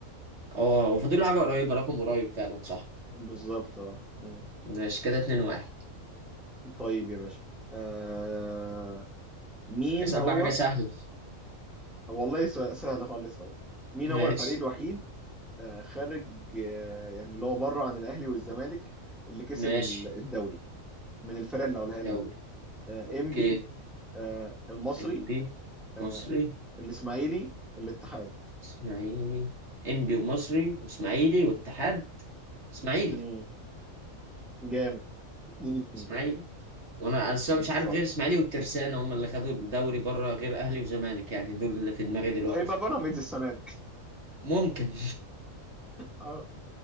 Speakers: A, on the right; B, in the centre.
A: اه وفاضل له حاجة قريبة رقم قريب فعلا صح
B: بالظبط اه مم.
A: ماشي كده اتنين واحد
B: طيب يا باشا آه مين
A: اسأل
B: هو
A: بقى حاجة سهلة
B: والله سؤال سهل خالص اهو مين
A: <laughs> ماشي
B: هو الفريق الوحيد آه، خارج آه، يعني اللي هو بره عن الاهلي والزمالك اللي كسب
A: ماشي
B: ال- الدوري من الفرق اللي هقولها
A: يلا
B: لك دي آه،
A: اوكي
B: انبي آه، المصري
A: انبي
B: آه،
A: مصري
B: الاسماعيلي الاتحاد
A: اسماعيلي انبي ومصري واسماعيلي واتحاد اسماعيلي
B: مم. جامد اتنين اتنين
A: اسماعيلي وانا اصلا
B: مم.
A: مش عارف
B: صح
A: غير اسماعيلي والترسانة هم اللي خدوا الدوري بره غير اهلي وزمالك يعني دول اللي في دماغي دلوقتي
B: وهيبقى بيراميدز السنه دي
A: ممكن
B: اه